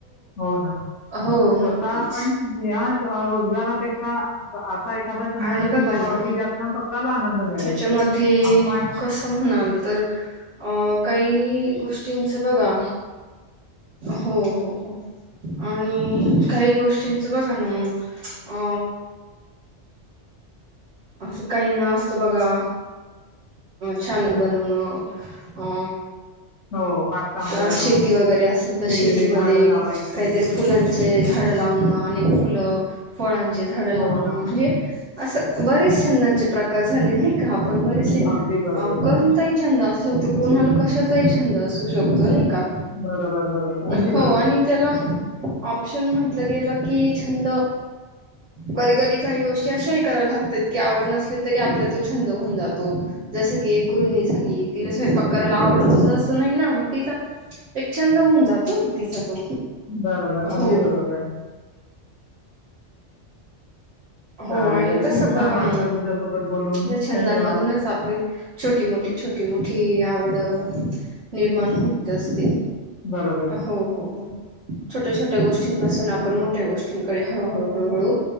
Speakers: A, on the left (about 75°); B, on the right (about 80°).
A: हो ना.
B: हो नक्कीच
A: स्वतः आपण ह्या रोजगारापेक्षा असा एखादा छंद
B: आणि
A: नक्कीच
B: बघा
A: असावा
B: ना,
A: की ज्यातनं स्वतःला आनंद मिळेल
B: याच्यामध्ये
A: आपण
B: कसं म्हणाल तर अ -काई गोष्टींच बघा, हो हो हो. आणि काही गोष्टींचं बघा ना मग, अ असं काही ना असत बघा छान बनवन अ
A: हो बागकाम करणं
B: अ -शेती वगैरे असेल तर
A: वेगवेगळी
B: शेतीमध्ये,
A: झाडं लावायची
B: काहीतरी फुलां चे झाड लावण, आणि फुलं. फळांचे झाड लावणं
A: हो ना
B: म्हणजे असं बरेच छंदांचे प्रकार झाले नाही का आपण बरेचसे
A: अगदी बरोबर
B: अ- पण काही छंद असू शकतो. कोणाला कशाचा छंद असू शकतो नाही का.
A: बरोबर बरोबर अगदी
B: हो
A: बरोबर
B: आणि त्याला ऑप्शन म्हटलं गेलं की छंद, कधी कधी काही गोष्टी अशा ही कराव लागतात की आवड नसली तरी आपला तो छंद होऊन जातो. जस की एक गृहिणी झाली, तिला स्वयंपाक करायला आवडतोच असं नाही ना मग तिजा एक छंद होऊन जातो ना तिचा तो,
A: बरोबर अगदी
B: हो.
A: बरोबर
B: हो
A: चालेल
B: आणि कस
A: खूप
B: बघा
A: छान वाटलं
B: मग.
A: तुमच्यासोबत बोलून
B: त्या छंदांमधूनच
A: धन्यवाद
B: आपली छोटी मोटी छोटी मो टी आवड निर्माण होत असते.
A: बरोबर
B: हो हो हो. छोट्या छोट्या गोष्टींपासून आपण मोठ्या गोष्टींकडे हळूहळू हळूहळू